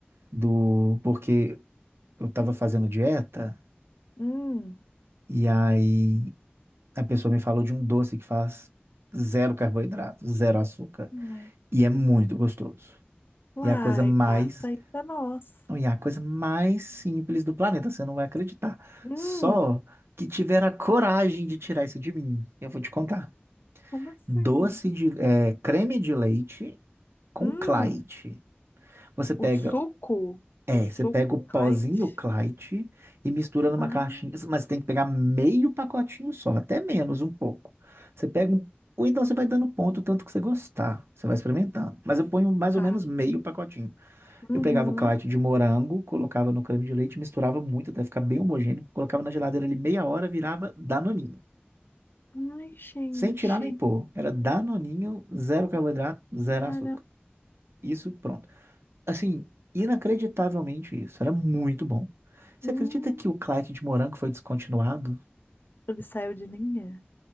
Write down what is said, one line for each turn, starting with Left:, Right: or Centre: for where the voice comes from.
Right: Do porque eu tava fazendo dieta
Left: hum.
Right: e aí a pessoa me falou de um doce que faz zero carboidrato, zero açúcar
Left: Ai.
Right: e é muito gostoso.
Left: Uai,
Right: E é a coisa mais,
Left: passa aí pra nós.
Right: não, e é a coisa mais simples do planeta, você não vai acreditar.
Left: Hum,
Right: Só que tiveram a coragem de tirar isso de mim. Eu vou te contar.
Left: como assim?
Right: Doce de, é, creme de leite com
Left: Hum,
Right: Clyde. Você pega,
Left: o suco,
Right: é,
Left: o suco,
Right: você pega o pozinho
Left: Clyde.
Right: Clyde e mistura numa
Left: Ah,
Right: caixinha, mas você tem que pegar meio pacotinho só, até menos um pouco. Você pega um, ou então você vai dando ponto o tanto que você gostar, você vai experimentando. Mas eu ponho mais
Left: tá.
Right: ou menos meio pacotinho.
Left: Uhum.
Right: Eu pegava o Clyde de morango, colocava no creme de leite, misturava muito até ficar bem homogêneo, colocava na geladeira ali meia hora, virava danoninho.
Left: Ai, gente.
Right: Sem tirar nem pôr. Era danoninho, zero carboidrato, zero
Left: Caramba.
Right: açúcar. Isso, pronto. Assim, inacreditavelmente isso. Era muito bom. Você
Left: Hum,
Right: acredita que o Clyde de morango foi descontinuado?
Left: ele saiu de linha?